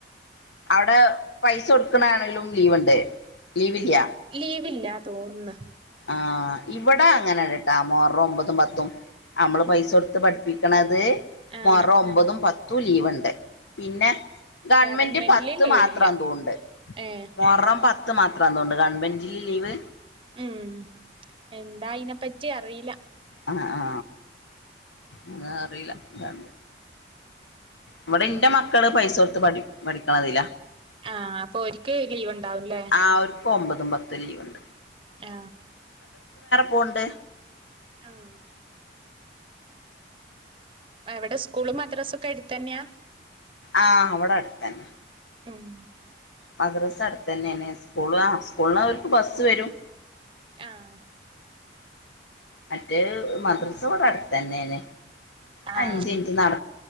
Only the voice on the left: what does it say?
അവിടെ പൈസ കൊടുത് ണ ആണെങ്കിലും ലീവ്ണ്ട് ലീവില്യ
ആ ഇവിടെ അങ്ങനെണ്ടട്ടാ മൊഹറം ഒമ്പതും പത്തും നമ്മള് പൈസ കൊടുത്ത് പഠിപ്പിക്കണത്
മൊഹറം ഒമ്പതും പത്തും ലീവ് ഉണ്ട് പിന്നെ ഗവൺമെന്റ്
പത്ത്
മാത്രം അതുണ്ട്
മൊഹറം പത്ത് ത് മാത്രമാന്നു തോന്നണ്ട് ഗവണ്മെന്റ് ലീവ്
ആ ആ എന്നാ അറീല്ല അ ഇവിടെ ഇന്റെ മക്കള് പൈസ കൊടുത്ത് പഠി പഠിക്ക്ണതിലാ.
ആ അവർക്ക് ഒമ്പതും പത്തും ലീവുണ്ട്
പോവ്ണ്ട്
ആഹ് അവിടെ അടുത്തന്നെ
മദ്രസ അടുത്തെന്നെയാണ് സ്കൂൾ ആ സ്കൂളാ അവർക്ക് ബസ്സുവരും.
മറ്റേ മദ്രസ ഇവിടെയടുത്തന്നെണ്.
അഞ്ച്നിട്ട് നട